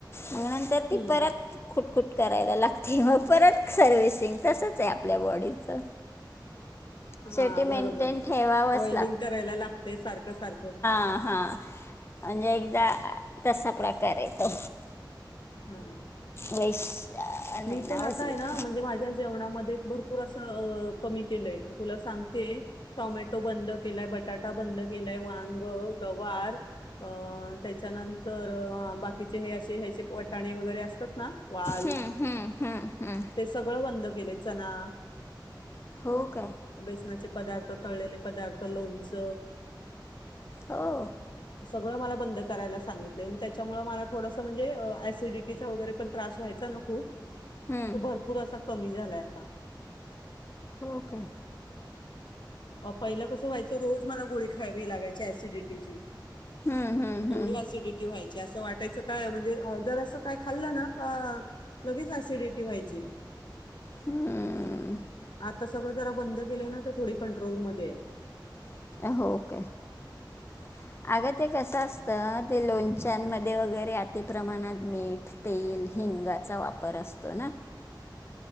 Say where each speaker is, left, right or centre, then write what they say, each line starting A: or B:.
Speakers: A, on the left; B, on the left.
A: म नंतर ती
B: हम्म
A: परत खु कुट करायला लागते मग परत सर्विसिंग तसचं हाय आपल्या बॉडीचं. शेवटी
B: हा
A: मेंटेन
B: बरोबर
A: ठेवावंच
B: ऑइलिंग करायला लागतेय सारखं सारखं.
A: हा हा म्हणजे एकदा तसा प्रकार येतो.
B: हम्म.
A: <inaudible> नाही
B: मी
A: नावच
B: पण आता हाय
A: घेत
B: ना म्हणजे माझ्या जेवणामध्ये भरपूर असं अं कमी केलंय तुला सांग ते टॉमॅटो बंद केलाय बटाटा बंद केलाय वांग गवार अं त्याच्यानंत तर हं बाकीचे हे असे ह्याचे वटाणे वगरे असतात ना वाल
A: हं, हं, हं, हं.
B: ते सगळं बंद केलंय चना
A: हो काय
B: बेसनाचे पदार्थ तळलेले पदार्थ लोणच
A: हो.
B: सगळं मला बंद करायला सांगितलंय त्याच्यामुळे मला थोडसं म्हणजे ऍसिडिटीचा वगरे पण त्रास व्हायचा न खूप
A: हं,
B: तो भरपूर असा कमी झालाय आता.
A: हो का.
B: म पहिलं कसं व्हायचं रोज मला गोळी खावी लागायची ऍसिडिटीची
A: हं, हं,
B: एवढी
A: हं,
B: ऍसिडिटी व्हायची असं वाटायचं काय म्हणजे अं जर असं काय खाल्लं ना अं लगेच ऍसिडिटी व्हायची.
A: ह्म्म्म.
B: आता सगळं जरा बंद केलंय ना तर थोडी कंट्रोल मध्येय.
A: <inaudible>
B: ह <inaudible>
A: अगं ते कसं असतं ते लोणच्यांमध्ये वगरे अतिप्रमाणात मीठ, तेल हिंगाचा वापर असतो ना.
B: <inaudible>